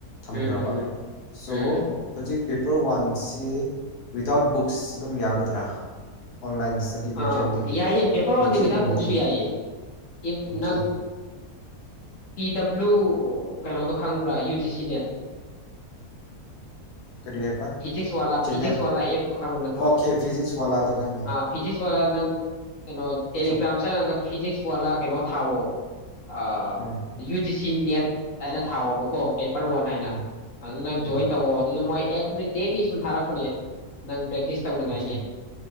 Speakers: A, on the left; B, on the left.
A: ꯊꯝꯈ꯭ꯔꯕ
B: ꯎꯝ ꯎꯝ
A: ꯁꯣ
B: ꯎꯝ ꯎꯝ
A: ꯍꯧꯖꯤꯛ ꯄꯦꯄꯔ ꯋꯥꯟꯁꯤ ꯋꯤꯗꯥꯎꯠ ꯕꯨꯛꯁ ꯑꯗꯨꯝ ꯌꯥꯒꯗ꯭ꯔꯥ ꯑꯣꯟꯂꯥꯏꯟ ꯏꯁꯇꯗꯤ ꯃꯦꯇꯔꯤꯌꯦꯜꯗꯒꯤ
B: ꯑꯥ ꯌꯥꯏꯌꯦ ꯄꯦꯄꯔ
A: ꯌꯨꯇ꯭ꯌꯨꯕꯀꯨꯝꯕꯗꯒꯤ
B: ꯋꯥꯟꯗꯤ ꯋꯤꯗꯥꯎꯠ ꯕꯨꯛꯁꯨ ꯌꯥꯏꯌꯦ ꯏꯐ
A: ꯑꯣꯀꯦ
B: ꯅꯪ ꯄꯤ ꯗꯕ꯭ꯂꯨ ꯎ ꯀꯩꯅꯣꯗꯣ ꯈꯪꯕ꯭ꯔꯥ ꯌꯨ ꯖꯤ ꯁꯤ ꯅꯦꯠ
A: ꯀꯔꯤ ꯍꯥꯏꯕ
B: ꯐꯤꯖꯤꯛꯁ ꯋꯥꯂꯥ
A: ꯆꯦꯅꯦꯜ
B: ꯐꯤꯖꯤꯛꯁ ꯋꯥꯂꯥ ꯑꯦꯐꯇꯣ ꯈꯪꯕ ꯅꯠꯇ꯭ꯔꯣ
A: ꯑꯣꯀꯦ ꯐꯤꯖꯤꯛꯁ ꯋꯥꯂꯥꯗꯣ ꯈꯪꯉꯦ
B: ꯑ ꯐꯤꯖꯤꯛꯁ ꯋꯥꯂꯥ ꯅꯪ ꯀꯩꯅꯣ ꯇꯦꯂꯤꯒ꯭ꯔꯥꯝ
A: ꯁꯞ
B: ꯆ ꯀ ꯐꯤꯖꯤꯛꯁ ꯂ ꯀꯩꯅꯣ ꯊꯥꯋꯣ ꯑ
A: ꯎꯝ
B: ꯌꯨꯗꯤ ꯁꯤ ꯅꯦꯠ ꯍꯥꯏꯅ ꯊꯥꯎꯑꯣꯕꯀꯣ ꯄꯦꯄꯔ ꯋꯥꯟ ꯍꯥꯏꯅ
A: ꯎꯝ
B: ꯑꯗꯨ ꯅꯪ
A: ꯎꯝ
B: ꯖꯣꯏꯟ ꯇꯧꯋ ꯑꯗꯨꯗ ꯃꯣꯏ ꯑꯣ ꯗꯦꯜꯂꯤ ꯁꯨꯝ ꯊꯥꯔꯛꯄꯅꯦ ꯅꯪ ꯇꯧꯅꯤꯡꯉꯥꯏꯒꯤ
A: ꯑꯣꯀꯦ